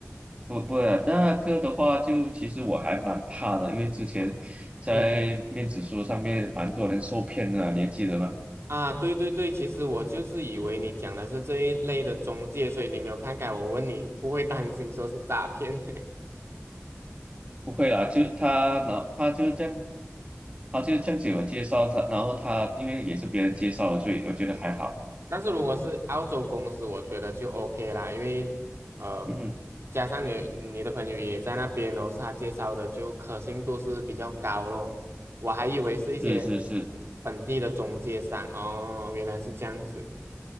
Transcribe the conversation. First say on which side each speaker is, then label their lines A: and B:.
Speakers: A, on the right; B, on the right.
A: 不不，那个的话就，其实我还蛮怕的，因为之前在面子书上面蛮多人受骗的啊你还记得吗？
B: 嗯。啊，对对对，其实我就是以为你讲的是这一类的中介，所以你没有看改，我问你不会担心说是诈骗。<laughs>
A: 不会啦，就他，然后他就这样，他就这样子我介绍他，然后他因为也是别人介绍的，所以我觉得还好。
B: 嗯但是如果是澳洲公司，我觉得就 OK 啦，因为呃，
A: 嗯哼，
B: 加上你你的朋友也在那边，然后是他介绍的，就可信度是比较高咯。我还以为是一些
A: 是是是
B: 本地的中介商哦，原来是这样子，